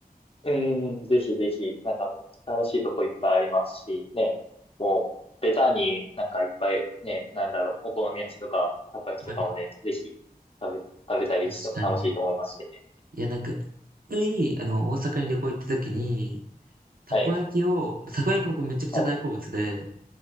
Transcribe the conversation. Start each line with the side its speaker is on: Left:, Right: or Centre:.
Left: うんうん、ぜひぜひ、なんかめっちゃ楽しいとこいっぱいありますし、ね、もう、ベタになんかいっぱい、ね、なんだろう、お好み焼きとか、たこ焼きとかもね、
Right: はい、
Left: ぜひ食べ、食べたりしても楽しいと思いますしね。
Right: 確かに。いや、なんか、一回、あの、大阪に旅行行った時に、たこ焼きを、
Left: はい。
Right: たこ焼き僕めちゃくちゃ大好物で、
Left: はい。